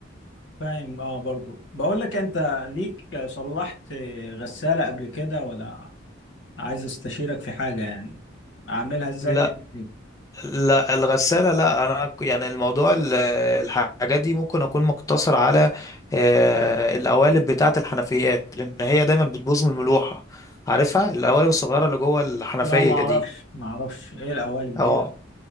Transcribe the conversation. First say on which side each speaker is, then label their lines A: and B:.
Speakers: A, on the left (about 70°); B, on the left (about 20°).
A: فاهم اه برضو بقول لك انت ليك صلحت غساله قبل كده ولا عايز استشيرك في حاجه يعني اعملها ازاي
B: لا
A: بنفسي
B: لا الغسالة لا أنا ك- يعني الموضوع ال- الحاجات دي ممكن أكون مقتصر على آه، القوالب بتاعة الحنفيات لأن هي دايما بتبوظ من الملوحة عارفها القوالب الصغيرة اللي جوه الحنفية
A: لا ما اعرفش
B: دي
A: ما اعرفش ايه القوالب
B: اه
A: دي